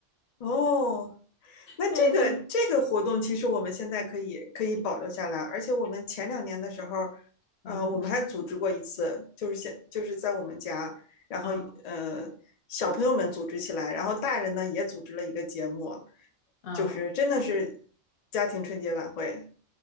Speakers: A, on the left (about 85°); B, on the left (about 55°).
A: 哦，那这个这个活动其实我们现在可以可以保留下来，
B: 对，就
A: 而且我们前两年的时候，呃，
B: 嗯
A: 我们还组织过一次，就是现就是在我们家，然后呃小朋友们组织起来，
B: 啊
A: 然后大人呢也组织了一个节目，
B: 嗯，
A: 就是真的是家庭春节晚会。